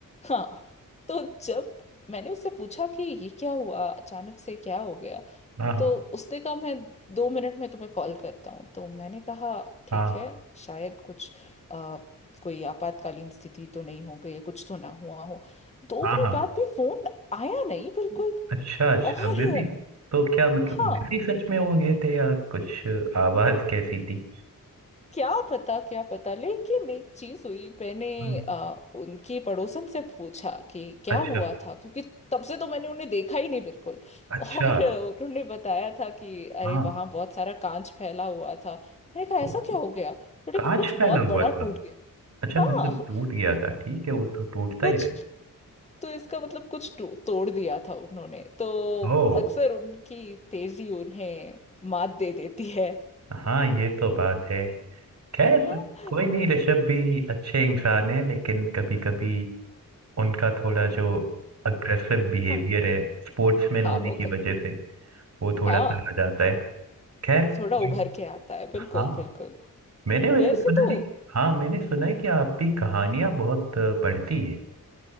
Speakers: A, on the left; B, on the right.
A: हाँ तो जब मैंने उससे पूछा कि ये क्या हुआ अचानक से क्या हो गया
B: हाँ हाँ
A: तो उसने कहा मैं दो मिनट में तुम्हें कॉल करता हूँ तो मैंने कहा ठीक
B: हाँ
A: है शायद कुछ आ, कोई आपातकालीन स्थिति तो नहीं हो गई है कुछ तो ना हुआ हो दो
B: हाँ
A: मिनट
B: हाँ
A: बाद भी फोन आया नहीं बिल्कुल
B: अच्छा अच्छा
A: और
B: बिजी तो क्या मतलब
A: हाँ
B: बिजी सच में हो गए थे या कुछ आवाज कैसी थी
A: क्या पता क्या पता लेकिन एक चीज हुई मैंने
B: हम्म,
A: आ, उनके पड़ोसन से पूछा कि क्या
B: अच्छा
A: हुआ था क्योंकि तब से तो मैंने उन्हें देखा ही नहीं बिल्कुल <laughs>
B: अच्छा
A: और अ, उन्होंने बताया था कि अरे
B: हाँ
A: वहां बहुत सारा कांच फैला हुआ था मैंने कहा
B: ओ,
A: ऐसा क्या हो गया उन्होंने
B: कांच
A: कहा कुछ
B: फैला
A: बहुत
B: हुआ
A: बड़ा
B: था
A: टूट गया
B: अच्छा
A: हाँ
B: मतलब टूट गया था ठीक है वो तो टूटता
A: कुछ
B: ही रहता है।
A: तो इसका मतलब कुछ टू- तोड़ दिया था उन्होंने तो
B: ओ
A: अक्सर उनकी तेजी उन्हें मात दे देती है
B: हाँ ये तो बात है खैर
A: हाँ
B: कोई नहीं ऋषभ भी अच्छे इंसान है लेकिन कभी कभी उनका थोड़ा जो अग्रेसिव बिहेवियर
A: हाँ
B: है स्पोर्ट्समैन
A: हाँ
B: होने
A: वो
B: की
A: कर
B: वजह से वो थोड़ा
A: हाँ
B: सा आ जाता है खैर कोई-
A: थोड़ा उभर के आता है बिल्कुल
B: हाँ
A: बिल्कुल
B: मैंने वैसे
A: वैसे
B: सुना
A: तो
B: है कि- हाँ मैंने सुना है कि आप भी कहानियां बहुत अ, पढ़ती हैं